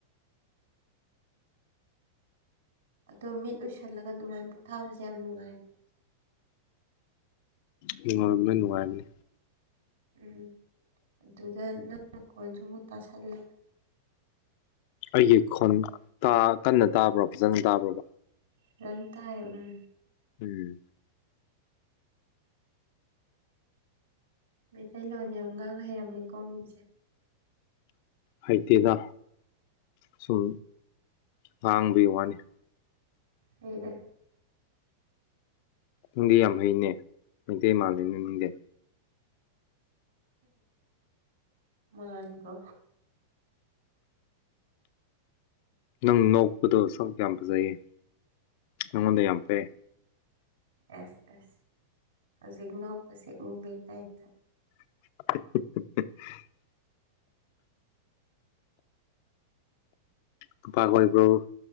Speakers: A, on the right; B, on the left.
A: ꯑꯗꯣ ꯃꯤꯠ ꯎꯏꯁꯜꯂꯒ ꯑꯗꯨꯃꯥꯏꯅ ꯄꯣꯊꯥꯕꯁꯦ ꯌꯥꯝ ꯅꯨꯡꯉꯥꯏꯌꯦꯕ
B: ꯅꯨꯡꯉꯥꯏꯕꯅꯦ ꯅꯨꯡꯉꯥꯏꯕꯅꯦ
A: ꯎꯝ ꯑꯗꯨꯗ ꯅꯪ ꯃꯈꯣꯟꯁꯨ ꯑꯃꯨꯛ ꯇꯥꯁꯜꯂꯦ
B: ꯑꯩꯒꯤ ꯈꯣꯟ ꯀꯟꯅ ꯇꯥꯕ꯭ꯔꯣ ꯐꯖꯅ ꯇꯥꯕ꯭ꯔꯣ꯫
A: <unintelligible>
B: ꯎꯝ
A: ꯃꯩꯇꯩꯂꯣꯟ ꯌꯥꯝ ꯉꯥꯡ ꯍꯩꯔꯝꯃꯤꯀꯣ ꯃꯤꯁꯦ꯫
B: ꯍꯩꯇꯦꯗ ꯁꯨꯝ ꯉꯥꯡꯕꯒꯤ ꯋꯥꯅꯤ
A: ꯂꯩꯗꯦ
B: ꯅꯪꯗꯤ ꯌꯥꯝ ꯍꯩꯅꯦ ꯃꯩꯇꯩ ꯃꯥꯜꯂꯤꯅꯦ ꯅꯪꯗꯤ
A: ꯃꯥꯟꯒꯣ
B: ꯅꯪ ꯅꯣꯛꯄꯗꯣ ꯁꯛ ꯌꯥꯝ ꯐꯖꯩꯌꯦ ꯅꯪꯉꯣꯟꯗ ꯌꯥꯝ ꯄꯩꯌꯦ
A: ꯑꯦꯁ ꯑꯦꯁ ꯍꯧꯖꯤꯛ ꯅꯣꯛꯄꯁꯤ ꯎꯕꯩ ꯇꯥꯏꯞꯇ
B: <unintelligible> ꯅꯨꯄꯥ ꯀꯣꯏꯕ꯭ꯔꯣ